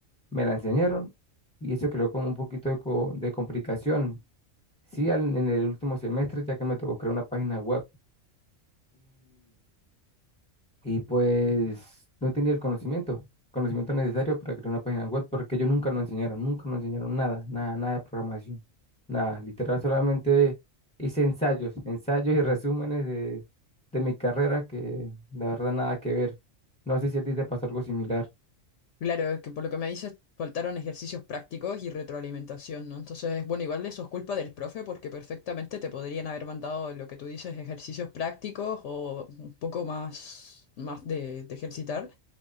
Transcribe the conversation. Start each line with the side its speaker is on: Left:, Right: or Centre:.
Centre: me la enseñaron y eso creó como un poquito de, co- de complicación. Sí, al- en el último semestre, ya que me tocó crear una página web y pues no tenía el conocimiento, conocimiento necesario para crear una página web, porque ellos nunca nos enseñaron, nunca nos enseñaron nada, nada, nada de programación, nada, literal solamente hice ensayos, ensayos y <laughs> resúmenes de, de mi carrera que la verdad nada que ver. No sé si a ti te pasó algo similar.
Left: Claro, es que por lo que me dices, faltaron ejercicios prácticos y retroalimentación, ¿no? Entonces, bueno, igual eso es culpa del profe porque perfectamente te podrían haber mandado lo que tú dices, ejercicios prácticos o un poco más, más de, de ejercitar,